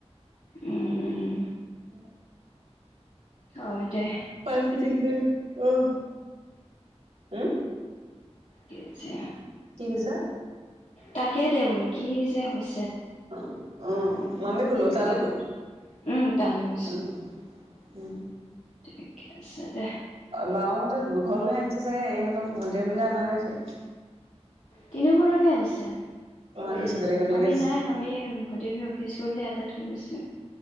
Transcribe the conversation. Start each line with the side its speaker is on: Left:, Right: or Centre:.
Left: উম উম
Right: উম
Left: অ দে
Right: পাই ফিটিং আহ হম
Left: কছে
Right: ঠিক আছা
Left: তাকে দে বোলো কি যহজ
Right: অ অ মামি গ'লো তালৈ
Left: উম
Right: গ'লো
Left: উম তালৈ গৈছো
Right: উ উম
Left: ঠিকে আছে দে
Right: নামন সিহত দুঘৰলৈ আনিছে চাগে ইহঁতৰ ভণ্টিয় মিলা অনা নাইছিল
Left: তিনি ঘৰলৈকে আনিছে
Right: অ', আনিছে বেলেগে বেলেগে
Left: মামি
Right: দিছে।
Left: নাই মামি ভণ্টী অফিচ গলে <unintelligible> তে ঠ বেছে